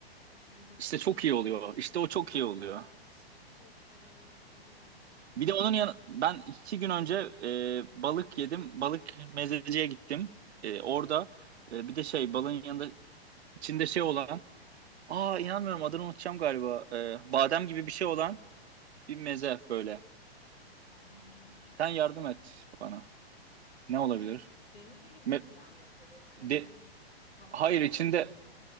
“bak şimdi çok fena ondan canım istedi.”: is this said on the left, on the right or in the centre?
Left